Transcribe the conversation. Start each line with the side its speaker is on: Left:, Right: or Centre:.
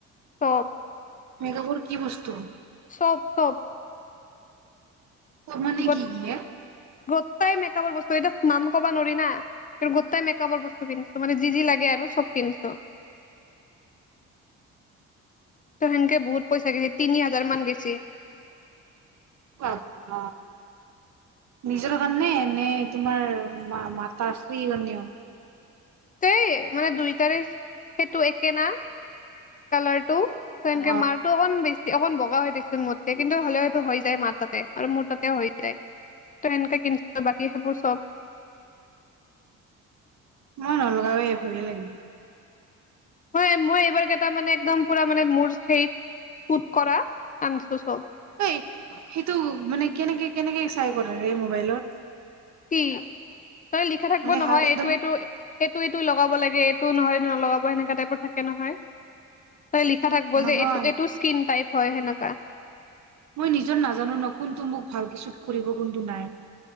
Left: সব।
Right: মেকআপৰ কি বস্তু?
Left: চব - চব।
Right: চব মানে
Left: গো
Right: কি - কি য়ে?
Left: গোটাই মেকআপৰ বস্তু এই নাম কবা নোৱাৰি না কি, গোটাই মেকআপৰ বস্তু কিনিছো মানে যি যি লাগে আৰু চব কিনছো ত' সেনকে বহুত। পইচা গেছি তিনি হাজাৰ মান গেছি।
Right: <unintelligible> নিজৰ কাৰণে নে তোমাৰ মাতাস্ৰী কাৰণেও।
Left: তেই মানে দুইটাৰে সেইটো একে না, কালাৰটো। ত, এনেকে
Right: অ
Left: মাৰটো অকন বেছি। অকন বগা হৈ দেচোন মোতকে কিন্তু হ'লেওটো হৈ যায় মাৰ তাতে আৰু মোৰ তাতেও হৈ যায় ত' সেনেকে কিনচু বাকী সেইবোৰ চব
Right: মই নলগাও এই ভয়ে লাগে
Left: হয়, মই এইবাৰ কেইটা মানে একদম পুৰা মানে মোৰ হেৰিত চুট কৰা আনিছোঁ চব।
Right: অই, সেইটো মানে কেনেকে, কেনেকে চাই কৰে ৰে, মোবাইলত?
Left: কি? তই লিখা থাকিব
Right: মানে
Left: নহয়
Right: হাল একদম
Left: এইটো, এইটো, এইটো, এইটো লগাব লাগে এই তো নহয় নলগা, সেনেকা টাইপৰ থাকে নহয় তই লিখা থাকিব
Right: নহয়
Left: যে, এইটো, এইটো স্কিন টাইপ হয়, সেনেক <unintelligible>
Right: মই নিজৰ নাজানো ন, কোনটো মোক ভালকে ছুত কৰিব, কোনটো নাই।